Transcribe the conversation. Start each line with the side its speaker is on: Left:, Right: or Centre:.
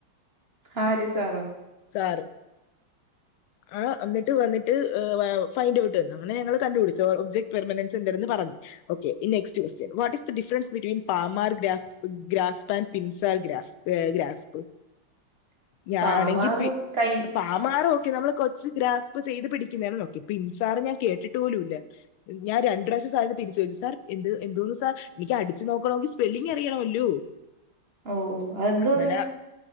Right: ആര് സാറോ
Left: സാറ്
Right: <inaudible>
Left: ആഹ് എന്നിട്ട് വന്നിട്ട് ഫൈൻഡ്ഔട്ട് തന്നു. അങ്ങനെ ഞങ്ങള് കണ്ടുപിടിച്ചു ഒബ്ജെക്ട് പെർമനൻസ് എന്തന്ന് പറഞ്ഞു okay next question what is different between palmar graph grasp ബൻ പിൻസാർ ഗ്രാഫ് ഏ ഗ്രാസ്പ്
Right: <inaudible>
Left: ഞാനാണെങ്കിപ്
Right: പാമാർ കൈ
Left: പാമാമാർ ഓക്കെ നമ്മള് കൊച്ച് ഗ്രാസ്പ് ചെയ്ത് പിടിക്കുന്നത ന്നോക്കെ ഇപ്പ ഇൻസാർ ഞാൻ കേട്ടിട്ട് പോലുംല്ല. ഞാൻ രണ്ട് പ്രാവശ്യം സാർന്റട്ത് തിരിച്ച് ചോയിച്ചു, സാർ എന്ത് എന്തോന്നു സാർ ഇൻക്ക് അടിച്ചു നോക്കണോങ്കിൽ സ്പെല്ലിംഗ് അറിയണമല്ലോ
Right: ഓ ഓ അതെന്തോ
Left: അങ്ങനെ
Right: പിന്നെ